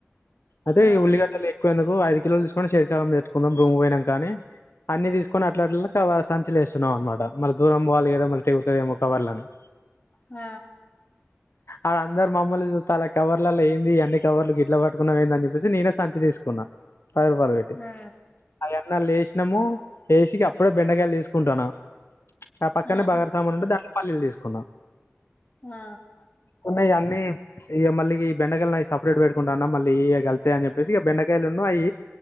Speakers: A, on the left (about 70°); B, on the left (about 40°).
A: ఐతే ఈ
B: ఆహా
A: ఉల్లిగడ్డల ఎక్కువెందుకు ఐదు కిలోలు తిసుకొని సెరి సగం చేసుకుందాం రూమ్ కి పోయినాంక కానీ అన్ని తీసుకొని అట్లట్ల కవ సంచిలో వేస్కున్నాం అనమాట మళ్ళ దూరం పోవాలి మల్ల దూరం పోవాలి మళ్ళ తేగుతదేమో కవర్ అనేసి
B: ఆ
A: ఆడ్ అందరూ మమ్మల్ని చూస్తరు కవర్లలో ఏంది అన్ని కవర్లు గిట్ల పట్టుకున్నార్ ఏందని చెప్పేసి నేనే సంచి తీసుకున్నా పది రూపాయలు పెట్టీ
B: ఆ
A: ఆల్ ఎన్ ఆ లేసినాము వేసికి అప్పుడే బెండకాయలు తీసుకుంటాన్న ఆ పక్కనే
B: ఆహా
A: బగార సామాన్లు ఉంటే దాంట్లో పల్లిలు తీసుకు కొన్న
B: ఆ
A: ఉన్నాయి అన్నీ ఇక మళ్ళీ ఈ బెండకాయలు నావి సపరేట్ పెట్టుకుంటున్న మళ్ళీ ఇగ కలుత్తయి అని చెప్పేసి బెండకాయలును అయి